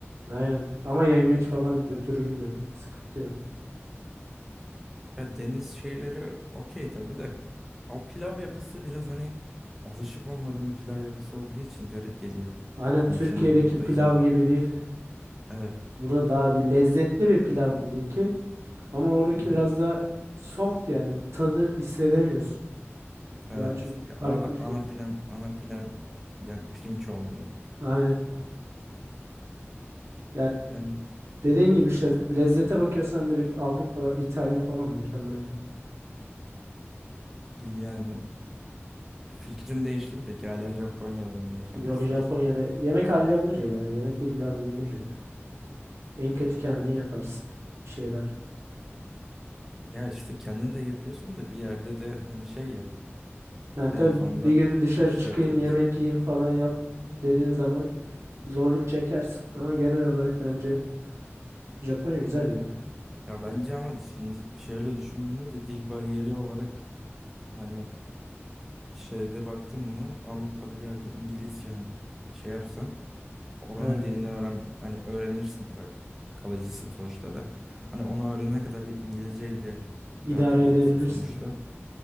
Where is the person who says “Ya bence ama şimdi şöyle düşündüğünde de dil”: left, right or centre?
Centre